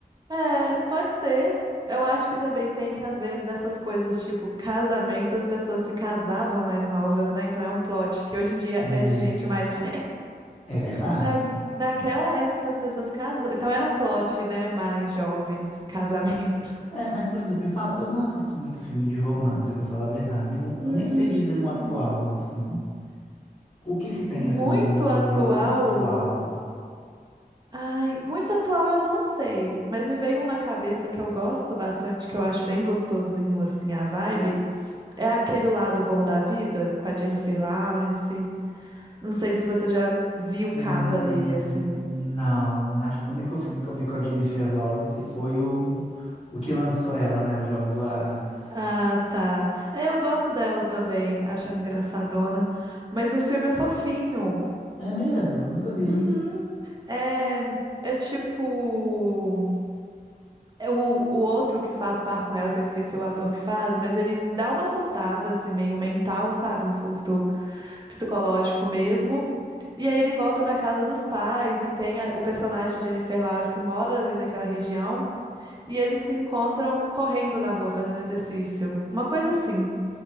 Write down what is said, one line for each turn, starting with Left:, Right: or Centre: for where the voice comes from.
Right: É, pode ser. Eu acho que também tem que, às vezes, essas coisas tipo casamento, as pessoas se casavam mais novas, né? Então é um plot que hoje em dia
Left: E
Right: é de gente mais <laughs> velha.
Left: é verdade.
Right: Na, naquela época as pessoas casavam. Então era um plot, né? Mais jovens, casamento.
Left: É, mas, por exemplo, me fala, eu não assisto muito filme de romance, pra falar a verdade. Um,
Right: Hum,
Left: eu nem sei dizer um atual, assim. O que que tem,
Right: muito
Left: assim, mais ou menos, de
Right: atual.
Left: romance atual?
Right: Ai, muito atual eu não sei, mas me veio um na cabeça que eu gosto bastante, que eu acho bem gostosinho assim a vibe. É aquele lado bom da vida com a Jennifer Lawrence. Não sei se você já viu capa
Left: Hum,
Right: dele assim.
Left: não, acho que o único filme que eu vi com a Jennifer Lawrence foi o, o que lançou ela, né? Os Jogos Vorazes.
Right: Ah, tá. É, eu gosto dela também, acho ela engraçadona. Mas o filme é fofinho.
Left: É mesmo, eu nunca vi.
Right: Uhum. É, é tipo. é O, o outro que faz par com ela, que eu esqueci o ator que faz, mas ele dá uma surtada, assim, meio mental, sabe? Um surto psicológico mesmo. E aí ele volta pra casa dos pais e tem a- o personagem de Jennifer Lawrence mora ali naquela região. E eles se encontram correndo na rua, fazendo exercício. Uma coisa assim.